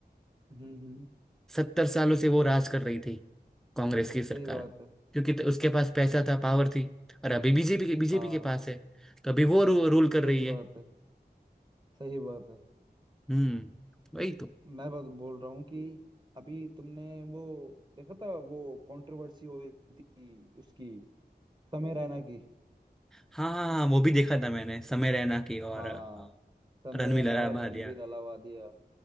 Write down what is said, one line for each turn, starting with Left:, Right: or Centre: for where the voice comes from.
Right: हम्म हम्म
Centre: सत्तर सालों से वो राज कर रही थी कांग्रेस की
Right: सही
Centre: सरकार
Right: बात है
Centre: क्योंकि त- उसके पास पैसा था पावर थी और अभी बीजेपी के बीजेपी
Right: हाँ
Centre: के पास है तो अभी वो रू, रूल कर
Right: सही
Centre: रही है
Right: बात है सही बात है
Centre: हम्म वही तो
Right: मैं बस बोल रहा हूँ कि अभी तुमने वो देखा था वो कंट्रोवर्सी हो रही थी उसकी समय रैना की
Centre: हाँ हाँ हाँ, वो भी देखा था मैंने समय रैना की और
Right: हाँ
Centre: अ,
Right: समय
Centre: रणवीर
Right: रैना और
Centre: भालिया
Right: रणवीर अलावादिया